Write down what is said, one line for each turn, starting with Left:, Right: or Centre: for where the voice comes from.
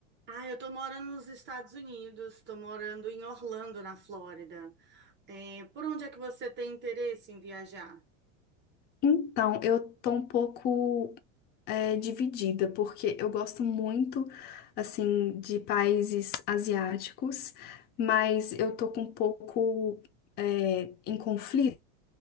Right: Ah, eu tô morando nos Estados Unidos, tô morando em Orlando, na Flórida. É, por onde é que você tem interesse em viajar?
Left: Então, eu tô um pouco é, dividida, porque eu gosto muito, assim, de países asiáticos, mas eu tô com um pouco é, em conflito